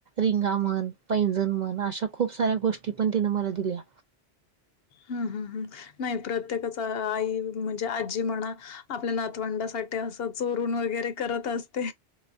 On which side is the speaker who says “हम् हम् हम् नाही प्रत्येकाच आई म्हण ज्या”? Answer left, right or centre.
Left